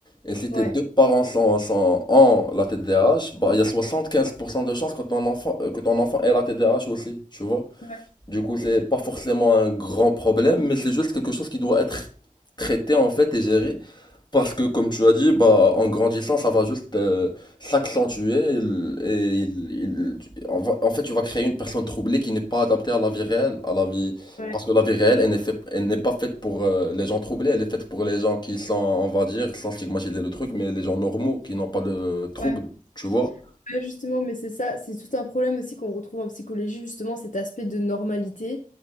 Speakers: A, on the left (about 30°); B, on the left (about 60°).
A: Et si tes
B: Ouais,
A: deux parents sont, sont en la TDAH, bah, il y a soixante quinze pour cent de chances que ton enfant, euh, que ton enfant ait la TDAH aussi, tu vois.
B: Ouais,
A: Du coup, c'est pas forcément un grand problème, mais c'est juste quelque chose qui doit être traité en fait et géré. Parce que comme tu as dit, bah en grandissant, ça va juste euh, s'accentuer et, il- et il- il- tu- en va- en fait, tu vas créer une personne troublée qui n'est pas adaptée à la vie réelle, à la vie
B: ouais,
A: parce que la vie réelle, elle n'est fait- elle n'est pas faite pour euh, les gens troublés, elle est faite pour les gens qui sont, on va dire, sans stigmatiser le truc, mais les gens normaux qui n'ont pas de trouble,
B: ouais.
A: tu vois?
B: ouais, justement, mais c'est ça, c'est tout un problème aussi qu'on retrouve en psychologie, justement cet aspect de normalité